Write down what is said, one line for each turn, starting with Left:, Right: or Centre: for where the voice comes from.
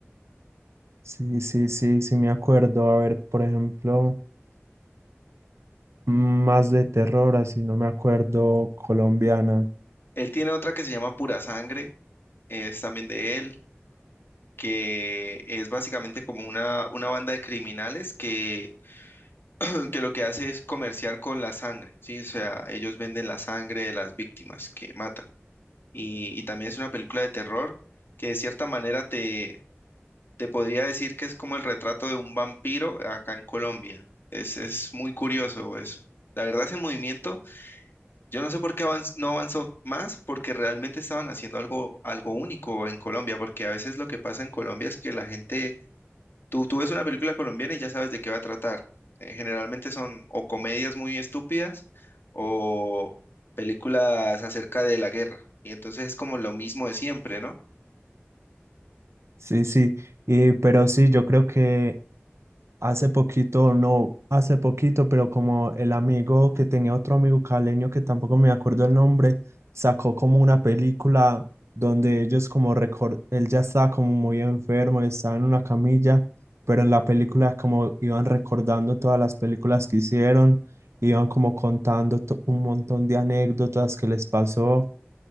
Right: Sí, sí, sí, sí me acuerdo. A ver, por ejemplo, más de terror, así no me acuerdo, colombiana.
Left: Él tiene otra que se llama Pura Sangre, es también de él. que es básicamente como una, una banda de criminales que, <laughs> <clears throat> que lo que hace es comerciar con la sangre, ¿sí? O sea, ellos venden la sangre de las víctimas que matan. Y, y también es una película de terror que de cierta manera te, te podría decir que es como el retrato de un vampiro acá en Colombia. Es, es muy curioso eso. La verdad, ese movimiento, yo no sé por qué avanz- no avanzó más, porque realmente estaban haciendo algo, algo único en Colombia, porque a veces lo que pasa en Colombia es que la gente Tú, tú ves una película colombiana y ya sabes de qué va a tratar. Eh, generalmente son o comedias muy estúpidas o películas acerca de la guerra. Y entonces es como lo mismo de siempre, ¿no?
Right: Sí, sí, y, pero sí, yo creo que hace poquito, o no hace poquito, pero como el amigo que tenía otro amigo caleño que tampoco me acuerdo el nombre, sacó como una película donde ellos como recor- él ya estaba como muy enfermo, estaba en una camilla, pero en la película como iban recordando todas las películas que hicieron, iban como contando to- un montón de anécdotas que les pasó